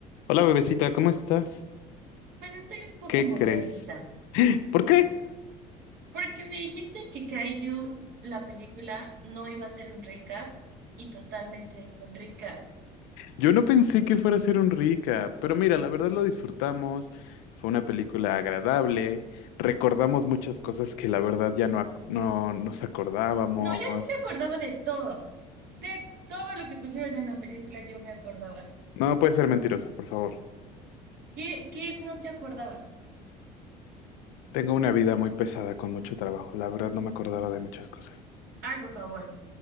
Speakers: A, on the left; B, on the right.
A: Hola bebecita, ¿cómo estás?
B: Pues estoy un poco
A: ¿Qué
B: molesta,
A: crees? ¿Por qué?
B: porque me dijiste que Kaiju, la película, no iba a ser un recap y totalmente es un recap.
A: Yo no pensé que fuera a ser un rica, pero mira, la verdad lo disfrutamos, fue una película agradable, recordamos muchas cosas que la verdad ya no, ac- no nos acordábamos.
B: No, yo sí me acordaba de todo, de todo lo que pusieron en la película, yo me acordaba.
A: No puede ser mentirosa, por favor.
B: ¿Qué, qué no te acordabas?
A: Tengo una vida muy pesada con mucho trabajo, la verdad no me acordaba de muchas cosas.
B: Ay, por favor,